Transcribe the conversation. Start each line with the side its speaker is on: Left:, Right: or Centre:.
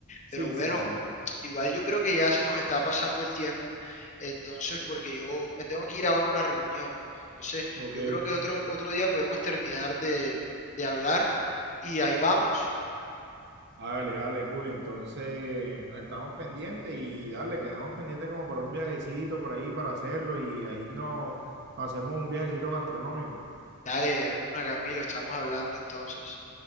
Right: Sí,
Left: Pero bueno,
Right: sí, sí.
Left: igual yo creo que ya se nos está pasando el tiempo, entonces porque yo me tengo que ir ahora a una reunión. Entonces,
Right: Ok.
Left: yo creo que otro, otro día podemos terminar de, de hablar y ahí vamos.
Right: Dale, dale, Julio. Entonces, estamos pendientes y dale, quedamos pendientes como para un viajecito por ahí para hacerlo y ahí nos, nos hacemos un viajecito gastronómico.
Left: Dale, una, Camilo, estamos hablando entonces.